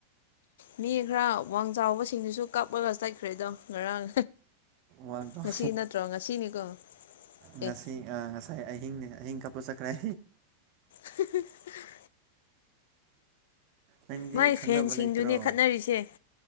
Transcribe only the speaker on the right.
ꯋꯥꯅꯤꯀꯝ
ꯉꯁꯤ
ꯉꯁꯥꯏ ꯑꯍꯤꯡ ꯑꯍꯤꯡ ꯀꯥꯄ ꯆꯠꯈ꯭ꯔꯦ
ꯅꯪꯗꯤ
ꯈꯪꯅꯕ
ꯂꯩꯇ꯭ꯔꯣ